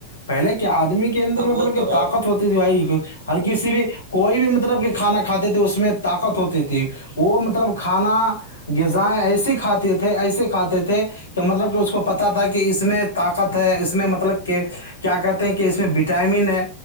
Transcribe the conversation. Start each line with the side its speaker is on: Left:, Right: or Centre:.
Left: پہلے کے ادمی کے اندر مطلب
Right: وہ
Left: کہ
Right: تو ہے
Left: طاقت ہوتی تے بھائی ہر کسی کوئی بھی مطلب کہ کھانا کھاتے تھے اس میں طاقت ہوتی تھی وہ مطلب کھانا غذائیں ایسے کھاتے تھے ایسے کھاتے تھے کہ مطلب کہ اس کو پتہ تھا کہ اس میں طاقت ہےاس میں مطلب کہ کیا کہتے ہیں کہ اس میں وٹامن ہے